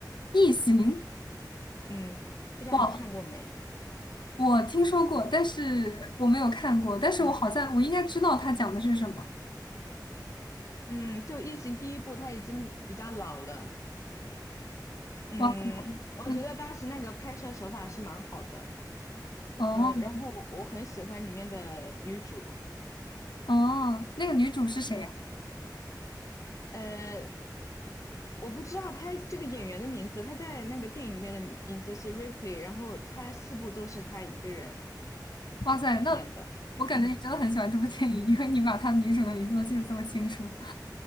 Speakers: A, on the left; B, on the left.
A: 异形，
B: 嗯，不知道你看过没？
A: 哇，我听说过，但是我没有看过，但是我好像我应该知道它讲的是什么。
B: 嗯嗯，就《异形》第一部，它已经比较老了，嗯，
A: 哇塞，
B: 我觉得当时那个拍摄手法是蛮好的，
A: 嗯，哦
B: 嗯，然后我很喜欢里面的女主，
A: 哦，那个女主是谁？
B: 嗯，呃，我不知道她这个演员的名字，她在那个电影里面的名字是 Ripley，然后她四部都是她一个人
A: 哇塞，那我感觉你真的很喜欢这部电影，
B: 演的，嗯。
A: 因为你把它女主的名字都记得这么清楚。